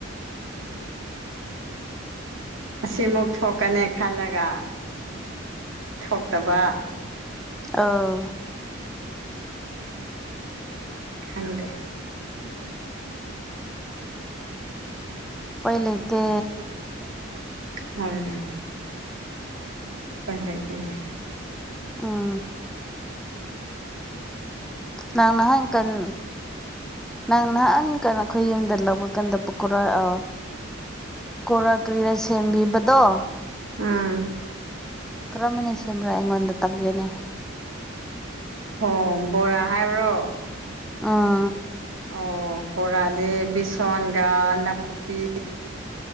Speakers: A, on the right; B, in the centre.
A: ꯑꯁꯤꯃꯨꯛ ꯊꯣꯛꯀꯅꯤ ꯈꯜꯂꯒ ꯊꯣꯛꯇꯕ
B: ꯑꯣ
A: ꯈꯪꯗꯦ꯫
B: ꯎꯄꯥꯏ ꯂꯩꯇꯦ꯫
A: ꯍꯣꯏꯅꯦ꯫ ꯄꯥꯏ ꯂꯥꯏꯇꯅꯦ꯫
B: ꯎꯝ ꯅꯪꯅꯍ ꯀꯅ ꯅꯪ ꯅꯍꯥꯟ ꯀꯥꯟꯅꯣ ꯑꯩꯈꯣꯏ ꯌꯨꯝꯗ ꯂꯄꯀꯥꯟꯗ ꯄꯀꯣꯔꯥ ꯑ ꯀꯣꯔ ꯀ꯭ꯔꯤꯔ ꯁꯦꯝꯕꯤꯕꯗꯣ
A: ꯎꯝ
B: ꯀꯔꯝꯕꯅ ꯁꯦꯝꯕ꯭ꯔꯥ ꯑꯩꯉꯣꯟꯗ ꯇꯝꯕꯤꯌꯨꯅꯦ꯫
A: ꯍꯣ ꯕꯣꯔꯥ ꯍꯥꯏꯕ꯭ꯔꯣ?
B: ꯎꯝ
A: ꯑꯣ ꯕꯣꯔꯥꯗꯤ ꯕꯤꯁꯣꯟꯒ ꯅꯥꯀꯨꯞꯄꯤ